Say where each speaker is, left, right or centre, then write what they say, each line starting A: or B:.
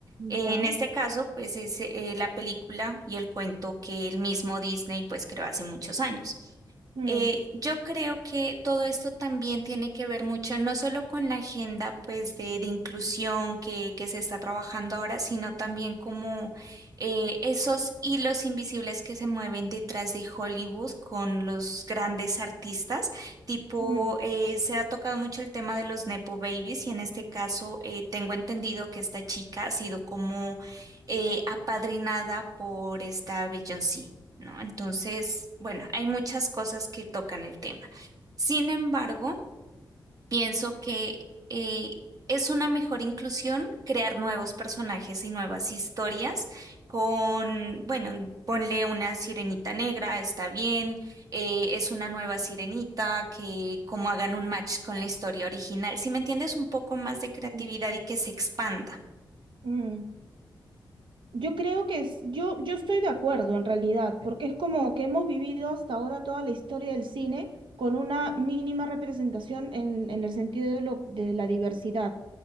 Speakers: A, on the right; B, on the right.
A: En
B: ya.
A: este caso, pues es eh, la película y el cuento que el mismo Disney pues creó hace muchos años.
B: mm,
A: Eh, yo creo que todo esto también tiene que ver mucho, no solo con la agenda pues de, de inclusión que, que se está trabajando ahora, sino también como eh, esos hilos invisibles que se mueven detrás de Hollywood con los grandes artistas Tipo,
B: mm,
A: eh, se ha tocado mucho el tema de los Nepo Babies y en este caso eh, tengo entendido que esta chica ha sido como eh, apadrinada por esta Beyoncé, ¿no? Entonces, bueno, hay muchas cosas que tocan el tema. Sin embargo, Pienso que eh, es una mejor inclusión crear nuevos personajes y nuevas historias con, bueno, ponle una sirenita negra, está bien, eh, es una nueva sirenita que como hagan un match con la historia original, si me entiendes, un poco más de creatividad
B: mm,
A: y que se expanda.
B: mm. Yo creo que es, yo, yo estoy de acuerdo en realidad, porque es como que hemos vivido hasta ahora toda la historia del cine con una mínima representación en, en el sentido de, lo, de la diversidad.